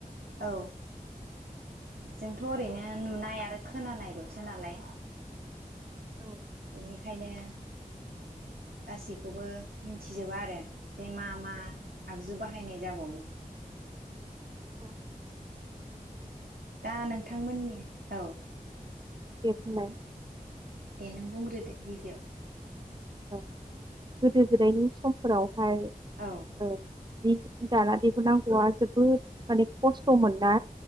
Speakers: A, on the right (about 85°); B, on the right (about 30°).
A: औ जोंथ ओरैनो नुनाय आरो खोनानायलसो नालाय
B: औ
A: बिनिखायनो गासैखौबो मिन्थिजोबा आरो जे मा मा आगजु बाहायनाय जाबावो
B: <inaudible>
A: दा नोंथांमोननि औ
B: बेखौलाय
A: दे नों बुंग्रोदो गिबियाव
B: औ गोदो गोदायनि समफोराव हाय
A: औ
B: ओ जि दाना दिहुन नांगौआ जोबोद माने खस्थ मोन ना